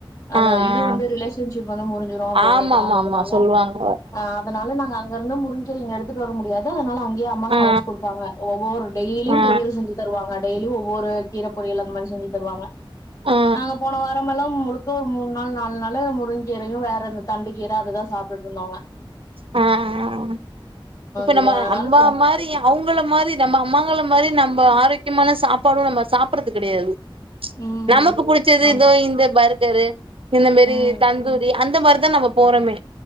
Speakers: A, on the left; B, on the right.
A: அந்த
B: ஆ ஆ
A: இது வந்து ரிலேஷன்ஷிப் வந்து முறிஞ்சிரு அப்டிங்கிற
B: ஆ ஆமாமாமா
A: காரணத்தினால
B: சொல்லுவாங்க
A: ஆ அதுனால நாங்க அங்க வந்து முடிஞ்சு இங்க எடுத்துட்டு வர முடியாது அதுனால அங் அம்மா சமைச்சு
B: ஆ
A: குடுப்பாங்க ஒவ்வொரு டெய்லியும்
B: ஆ
A: பொரியல் செஞ்சி தருவாங்க டெய்லி ஒவ்வொரு கீர பொரியல் அந்த மாரி செஞ்சி தருவாங்க
B: ஆ
A: நாங்க போன வாரமெல்லா முலுக் இப்ப ஒரு மூணு நாள் நால் நாளு முருங்கீரையும் வேற இந்த தண்டு கீர அதுதான் சாப்பி இருந்தாங்க
B: ஹம் இப்ப
A: தோழி
B: நம்ம
A: அதனால
B: அம்மா
A: சே
B: மாரி அவுங்கள மாரி நம்ம அம்மாங்கல மாரி நம்ம ஆரோக் முக்கியமான சாப்பாடும் நம்ம சாப்புறது கிடையாது
A: ம்
B: நமக்கு புடிச்சது
A: ஆமா
B: இதோ இந்த பர் ங்கரு இந்த மேரி
A: ம்
B: தந்தூரி அந்த மாரி தா நம்ப போறமே